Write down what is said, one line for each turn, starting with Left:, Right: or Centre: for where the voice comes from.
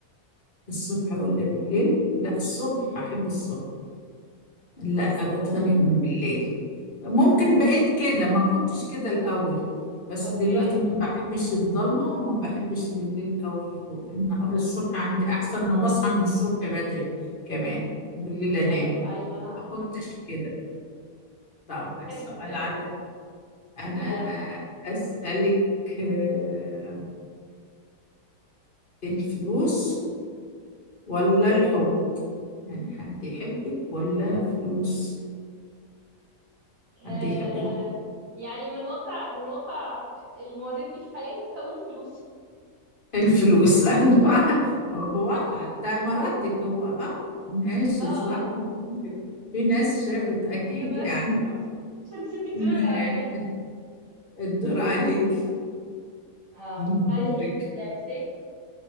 Left: الصبح ولا بالليل؟ لا الصبح
Right: امم
Left: أحب الصبح لا بتخنق
Right: طيب
Left: من بالليل ممكن بقيت كده ما كنتش كده الأول بس
Right: اوكي
Left: دلوقتي ما بحبش الضلمة وما بحبش بالليل قوي والنهار الصبح عندي أحسن وبصحى من الصبح بدري كمان بالليل أنام
Right: ايوه ايوه انا عارفه
Left: ما كنتش كده طب
Right: <laughs>
Left: السؤال
Right: أيوة.
Left: على أنا
Right: يلا
Left: أسألك آه، الفلوس ولا الحب يعني حد يحبك ولا فلوس حد
Right: آه
Left: يحبك
Right: يعني من واقع من واقع المريض بيه في حياتي بقول الفلوس
Left: الفلوس <laughs> أنا بواقع ده مردك هو اه ماشي
Right: اه
Left: صح في ناس شافت
Right: خلاص
Left: أكيد
Right: دلوقتي
Left: يعني
Right: عشان نسيتي الديون
Left: ما-
Right: اللي علينا
Left: الدور عليك
Right: آه.
Left: دورك
Right: طيب يا ستي